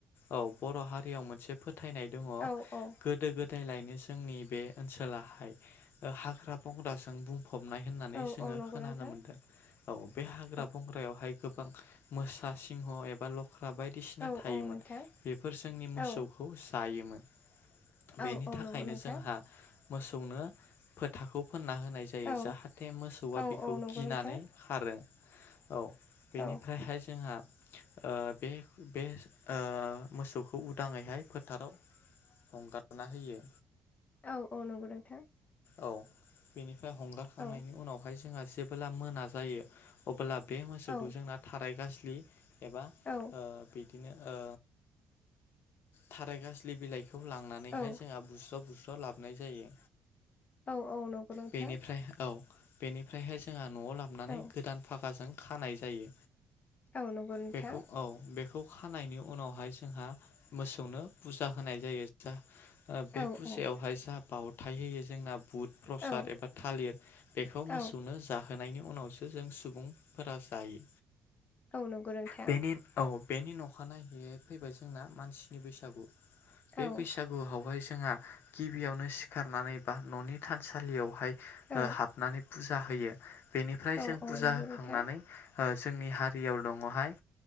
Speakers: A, on the left; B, on the left.
A: औ बर' हारियाव मोनसे फोथायनाय दङ'
B: औ औ
A: गोदो गोद दायलायनो जोंनि बे ओनसोलाहाय ओ हाग्रा बंग्राजों बुं फबनाय होननानै
B: औ
A: जोङो
B: औ नंगौ
A: खोनानो
B: नोंथां
A: मोन्दों। औ बे हाग्रा
B: औ
A: बंग्रायावहाय गोबां मोसा सिंह एबा ल ख्रा बायदिसिना
B: औ
A: थायोमोन।
B: औ नोंथां
A: बेफोर जोंनि मोसौखौ
B: औ
A: जायोमोन।
B: औ
A: बेनि
B: औ
A: थाखायनो
B: नंगौ नोंथां
A: जोंहा मोसौनो फोथाखौ फोनना होनाय जायो
B: औ
A: जाहाथे मोसौआ
B: औ
A: बेखौ
B: औ नंगौ
A: गिनानै
B: नोंथां
A: खारो। औ बेनिफ्रायहाय
B: औ
A: जोंहा ओ बे बे ओ मोसौखौ उदाङैहाय फोथाराव हंगारना होयो।
B: औ औ नंगौ नोंथां
A: औ बेनिफ्राय हंगारखांनायनि
B: औ
A: उनावहाय जोंहा जेबोब्ला मोना जायो अबोला बे मोसौखौ
B: औ
A: जोंना थाराय गास्लि एबा
B: औ
A: बिदिनो ओ थाराय गासलि बिलाइखौ खौ लांनानैहाय
B: औ
A: जोंहा बुस्र' बुस्राव लाबोनाय जायो।
B: औ औ नंगौ न नोंथां
A: बेनिफ्राय औ बेनिफ्रायहाय जोंहा न'आव लाबोनानै
B: औ
A: गोदान फाखाजों खानाय जायो।
B: औ नंगौ नोंथां
A: बेखौ औ बेखौ खानायनि उनावहाय जोंहा मोसौनो फुजा होनाय जायो। जा बे
B: औ
A: फुजायावहाय
B: औ
A: जा बावथाय होयो जोंना बुद प्रसाद
B: औ
A: एबा थालिर बेखौ मोसौनो
B: औ
A: जाहो होनायनि उनावसो जों सुबुंफोरा जायो।
B: औ नंगौ नोंथां।
A: बेनि औ बेनि नखानायहैयै फैबाय जोंना मानसिनि बैसागु बे
B: औ
A: बैसागुआवहाय जों जोंहा गिबियावनो सिखारनानै बा न'नि थानसालियावहाय
B: औ
A: ओ हाबनानै फुजा फुजा होयो बेनिफ्राय
B: औ
A: जों
B: औ
A: फुजा
B: नंगौ
A: होखांनानै
B: नोंथां
A: ओ जोंनि हारियाव दङ'हाय